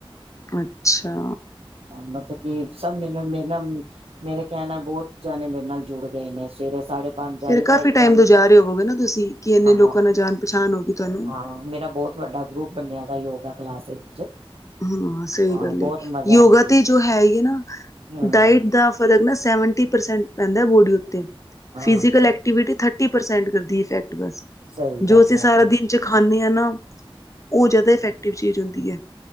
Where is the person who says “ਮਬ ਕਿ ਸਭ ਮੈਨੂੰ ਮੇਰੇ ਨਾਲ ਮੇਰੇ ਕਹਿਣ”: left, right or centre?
Right